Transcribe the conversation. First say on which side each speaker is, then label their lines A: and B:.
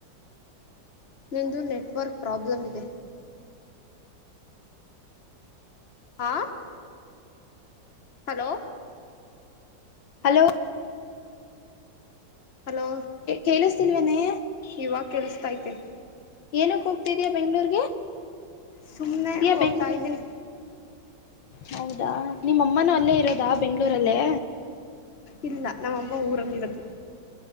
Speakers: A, on the left; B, on the left.
A: ನಂದು ನೆಟ್ವರ್ಕ್ ಪ್ರಾಬ್ಲಮ್ ಇದೆ ಹಾ ಹಲೋ
B: ಹಲೋ
A: ಹಲೋ
B: ಕೇಳ ತಿಲ್ವೆನೆ
A: ಇವಾಗ ಕೇಳಿಸತೈತೆ
B: ಏನಕ್ ಹೋಗತಿದಯಾ ಬೆಂಗಳೂರಿಗೆ
A: ಸುಮನೆ ಒಕ್ತ
B: ಬೆಂಗ್ಳೂರ್ಗೆ
A: ಇದೀನಿ
B: ಹೌದಾ ನಿಮ್ಮ ಅಮ್ಮನೂ ಅಲ್ಲೇ ಇರೋದಾ ಬೆಂಗ್ಳೂರಲ್ಲೇ
A: ಇಲ್ಲ ನಮ್ಮೊಬ್ಬ ಊರಲ್ಲಿ ಇರದು,